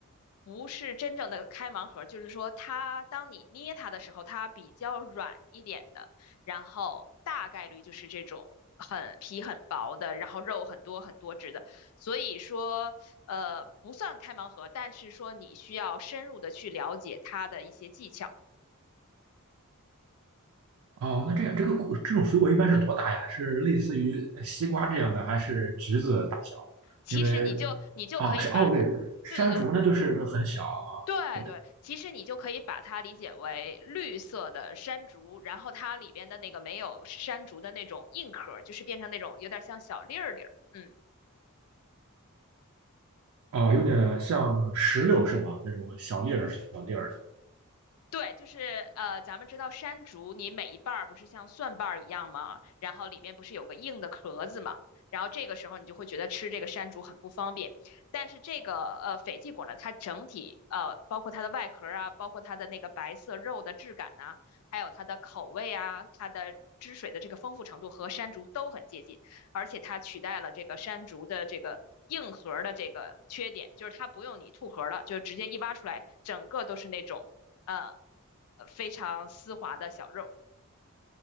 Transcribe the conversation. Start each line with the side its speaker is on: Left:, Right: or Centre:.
Left: 不是真正的开盲盒，就是说它当你捏它的时候，它比较软一点的，然后大概率就是这种很皮很薄的，然后肉很多很多汁的。所以说，呃，不算开盲盒，但是说你需要深入的去了解它的一些技巧。
Right: 哦，那这样这个果这种水果一般是多大呀？是类似于西瓜这样的，还是橘子大小？
Left: 其实你就你就可以把它，
Right: 因为哦是哦对，山竹那就是就很小啊，
Left: 对对对对对，
Right: 对
Left: 其实你就可以把它理解为绿色的山竹，然后它里边的那个没有山竹的那种硬壳就是变成那种有点像小粒儿粒儿，嗯。
Right: 哦有点像石榴是吗？那种小粒儿小粒儿的
Left: 对，就是呃，咱们知道山竹，你每一瓣儿不是像蒜瓣儿一样吗？然后里面不是有个硬的壳子吗？然后这个时候你就会觉得吃这个山竹很不方便。但是这个呃斐济果呢，它整体呃，包括它的外壳啊，包括它的那个白色肉的质感呐、还有它的口味啊，它的汁水的这个丰富程度和山竹都很接近，而且它取代了这个山竹的这个。硬核儿的这个缺点就是它不用你吐核儿了，就直接一挖出来，整个都是那种呃呃非常丝滑的小肉。